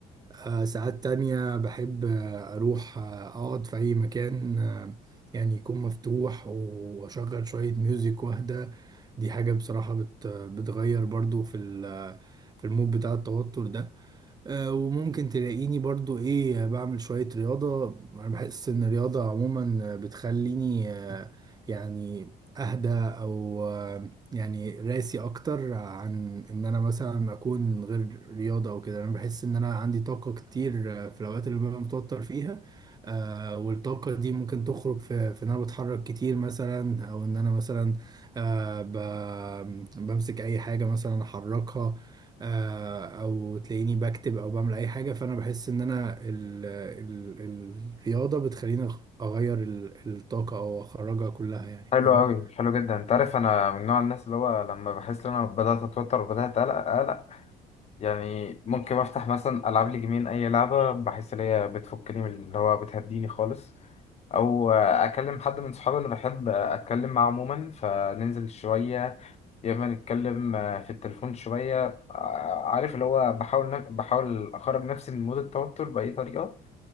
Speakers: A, on the right (about 25°); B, on the left (about 40°).
A: أه ساعات تانية بحب آه، أروح آه، أقعد في أي مكان أه يعني يكون مفتوح وأشغل شوية ميوزك وأهدى دي حاجة بصراحة بت بتغير برضو في ال- في المود بتاع التوتر ده آه، وممكن تلاقيني برضو ايه بعمل شوية رياضة انا بحس ان الرياضة عموما بتخليني آه، يعني اهدى او آه، يعني راسي اكتر عن ان انا مثلا اكون غير رياضة او كده انا بحس ان انا عندي طاقة كتير آه، في الاوقات اللي ببقى متوتر فيها آه، والطاقة دي ممكن تخرج في, في ان انا بتحرك كتير مثلا او ان انا مثلا آه، ب- بمسك اي حاجة مثلا احركها آه، او تلاقيني بكتب او بعمل اي حاجه فانا بحس ان انا ال ال ال الرياضه بتخليني أغ- اغير ال- الطاقه او اخرجها كلها يعني
B: حلو
A: فاهم
B: قوي حلو جدا انت عارف انا من نوع الناس اللي هو لما بحس ان انا بدأت اتوتر وبدأت اقلق اقلق يعني ممكن افتح مثلا العب لي جيمين اي لعبة بحس ان هي بتفكني من اللي هو بتهديني خالص او اكلم حد من صحابي اللي بحب اتكلم معاه عموما فننزل شوية يا اما نتكلم آه، في التليفون شويه آه، عارف اللي هو بحاول ن- بحاول اخرج نفسي من مود التوتر باي طريقه